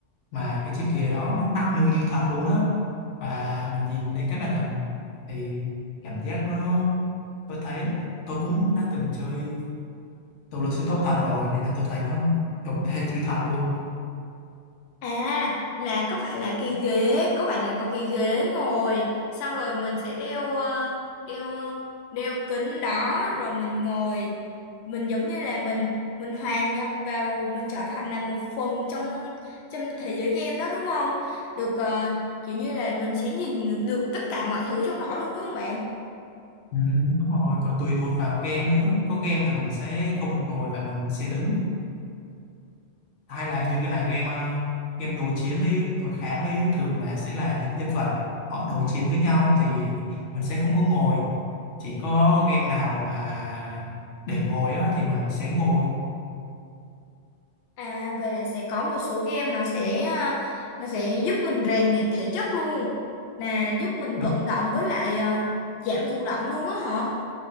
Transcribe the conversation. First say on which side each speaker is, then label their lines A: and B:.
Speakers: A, on the left; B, on the left.
A: Mà cái chiếc ghế đó nó nắc nư như thật luôn á Và mình nhìn lên cái màn hình Thì cảm giác nó Tôi thấy tôi cũng đã từng chơi tàu lượn siêu tốc thật rồi Nên là tôi thấy nó giống <laughs> hệt như thật luôn
B: À, là có phải là cái ghế, có phải là có cái ghế ngồi, xong rồi mình sẽ đeo ờ, đeo đeo kính đó rồi mình ngồi. Mình giống như là mình mình hòa nhập vào, mình trở thành là một phần trong trong thế giới game đó đúng không? Được ờ, kiểu như là mình sẽ nhìn được tất cả mọi thứ trong đó luôn đúng không bạn?
A: ừ, Đúng rồi, còn tùy thuộc vào game nữa Có game là mình sẽ không được ngồi và mình sẽ đứng hay là như cái là game ờ, game đối chiến đi đối kháng đi thường là sẽ là những nhân vật họ đối chiến với nhau thì mình sẽ không có ngồi chỉ có game nào mà để ngồi á, thì mình sẽ ngồi
B: À vậy là sẽ có một số game nó sẽ à, nó sẽ giúp mình rèn luyện thể chất luôn. Là giúp mình
A: đúng,
B: vận động với lại à, giảm thụ động luôn á hả?